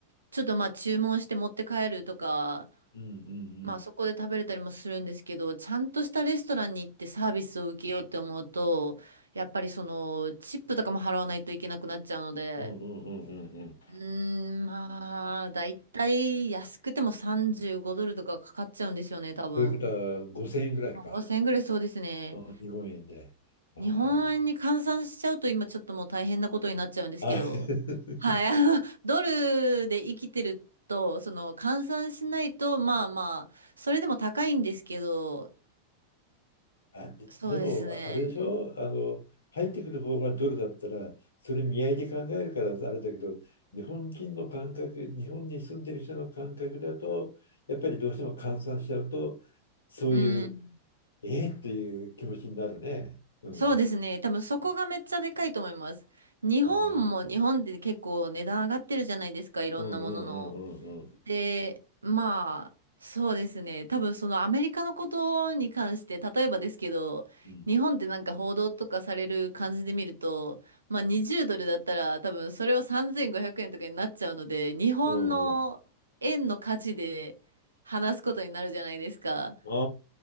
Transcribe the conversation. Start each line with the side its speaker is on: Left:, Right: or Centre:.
Right: ちょっとまあ注文して持って帰るとか、
Left: うんう
Right: まあそこで食べれたりもするんですけど、
Left: ん
Right: ちゃんとしたレストランに行ってサービスを受けようって思うと、やっぱりそのチップとかも払わないといけなくなっちゃうので、
Left: うん。うんうんうんうんうん。
Right: うーん、まあ、だいたい安くても35ドルとかかかっちゃうんですよね、多分。
Left: ということは、5000円ぐらいか。
Right: まあ、5000ぐらいそうですね。
Left: あ日本円で。あ
Right: 日本円に換算しちゃうと今ちょっともう大変なことになっちゃうんですけど、
Left: あ。あ
Right: はい、
Left: <laughs>
Right: <laughs> あの、ドルで生きてると、その換算しないと、まあまあ、それでも高いんですけど、
Left: あ、で、
Right: そうですね。
Left: でも、あれでしょあの、入ってくる方がドルだったら、それ見合いで考えるからあれだけど、日本人の感覚、日本に住んでる人の感覚だと、やっぱりどうしても換算しちゃうと、そういう、
Right: うん、
Left: えー、っていう気持ちになるね。うん。
Right: そうですね。多分そこがめっちゃでかいと思います。日本も日本で結構値段上がってるじゃないですか、
Left: ああ。
Right: いろんなものの。
Left: うんうんうんうんうん。
Right: で、まあ、そうですね。多分そのアメリカのことに関して、例えばですけど、
Left: うん
Right: 日本ってなんか報道とかされる感じで見ると、まあ20ドルだったら多分それを3500円とかになっちゃうので、日本の円の価値で話すことになるじゃないですか。
Left: うんうんうん。あ